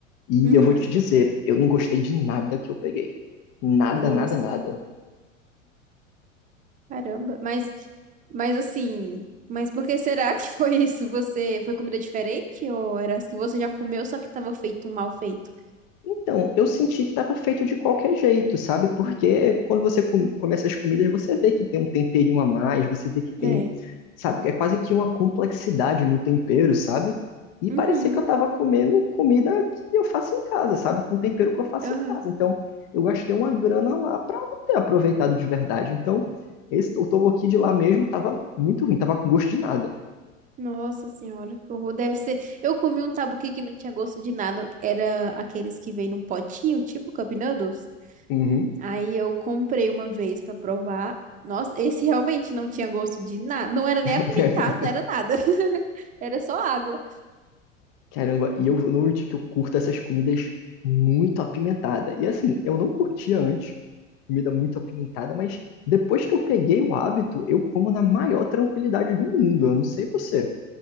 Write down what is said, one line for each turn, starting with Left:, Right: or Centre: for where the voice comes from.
Left: E
Right: Uhum.
Left: eu vou te dizer, eu não gostei de nada que eu peguei. Nada,
Right: Nossa.
Left: nada, nada.
Right: Caramba. Mas, mas assim, mas por que será que foi isso? Você foi comida diferente ou era as que você já comeu, só que tava feito um mal feito?
Left: Então, eu senti que estava feito de qualquer jeito, sabe? Porque
Right: Hum,
Left: quando você come, come essas comidas, você vê que tem um temperinho a mais, você vê que tem,
Right: É.
Left: sabe? É quase que uma complexidade no tempero, sabe? E
Right: Uhum.
Left: parecia que eu estava comendo comida que eu faço em casa, sabe? Com tempero que eu faço
Right: Aham.
Left: em casa. Então, eu gastei uma grana lá para não ter aproveitado de verdade. Então, esse, o tteokbokki de lá mesmo estava muito ruim, estava com gosto de nada.
Right: Nossa senhora, que horror. Deve ser. Eu comi um tabuqui que não tinha gosto de nada. Era aqueles que vêm num potinho, tipo Cup Noodles.
Left: Uhum.
Right: Aí eu comprei uma vez pra provar. Nossa, esse realmente não tinha gosto de nada. Não era nem
Left: <laughs>
Right: apimentado, não era nada. <laughs> Era só água.
Left: Caramba, e eu noto que eu curto essas comidas muito apimentada. E assim, eu não curtia antes comida muito apimentada, mas depois que eu peguei o hábito, eu como na maior tranquilidade do mundo. Eu não sei você.